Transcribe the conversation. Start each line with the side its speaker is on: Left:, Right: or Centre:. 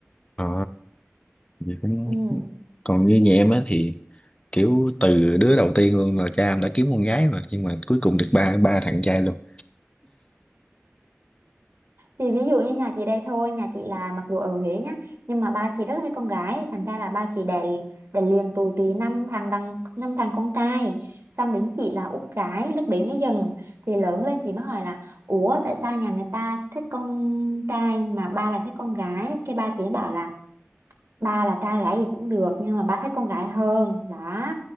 Left: ờ vậy cũng
Right: ừ.
Left: còn như nhà em á thì kiểu từ đứa đầu tiên luôn là cha em đã kiếm con gái mà nhưng mà cuối cùng được ba ba thằng trai luôn
Right: thì ví dụ như nhà chị đây thôi nhà chị là mặc dù ở Huế nhá nhưng mà ba chị rất thích con gái thành ra là ba chị đẻ đẻ liền tù tì năm thằng đằng năm thằng con trai xong đến chị là út gái lúc đấy mới dần thì lớn lên chị mới hỏi là ủa tại sao nhà người ta thích con trai mà ba lại thích con gái cái ba chị ấy bảo là ba là trai gái gì cũng được nhưng mà ba thích con gái hơn đó